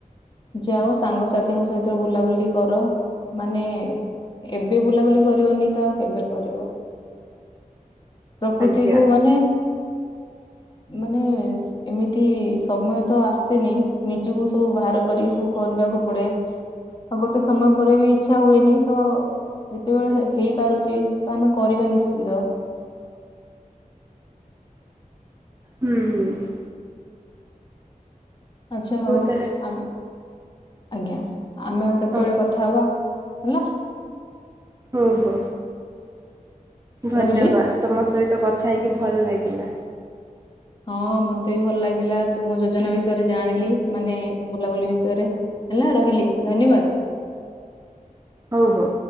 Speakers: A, on the left; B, on the right.
A: ଯାଅ ସାଙ୍ଗସାଥିଙ୍କ ସହିତ ବୁଲାବୁଲି କର, ମାନେ ଏବେ ବୁଲାବୁଲି କରିବନି ତ ଆଉ କେବେ କରିବ? ପ୍ରକୃତିକୁୁ
B: ଆଜ୍ଞା
A: ମାନେ ମାନେ ଏମିତି ସମୟ ତ ଆସେନି ନିଜକୁ ସବୁ ବାହାର କରିକି ସବୁ କରିବାକୁ ପଡେ, ଆଉ ଗୋଟେ ସମୟ ପରେ ବି ଇଚ୍ଛା ହୁଏନି ତ ଯେତେବେଳେ ହେଇପାରୁଛି ତ ଆମେ କରିବା ନିଶ୍ଚିତ।
B: ହୁଁ ।
A: ଆଚ୍ଛା ହଉ
B: ତାହେଲେ
A: ଆ <inaudible> ଆଜ୍ଞା। ଆମେ ଆଉ କେତେବେଳେ
B: ହଁ
A: କଥା ହବା? ହେଲା।
B: ହଁ ହୋ, ଧନ୍ୟବାଦ
A: ରହିଲି।
B: ସହିତ କଥା ହେଇକି ଭଲ ଲାଗିଲା ।
A: ହଁ ମତେ ବି ଭଲ ଲାଗିଲା, ତ ମୁଁ ଯୋଜନା ବିଷୟରେ ଜାଣିଲି ମାନେ ବୁଲାବୁଲି ବିଷୟରେ ହେଲା ରହିଲି ଧନ୍ୟବାଦ।
B: ହଉ ହଉ।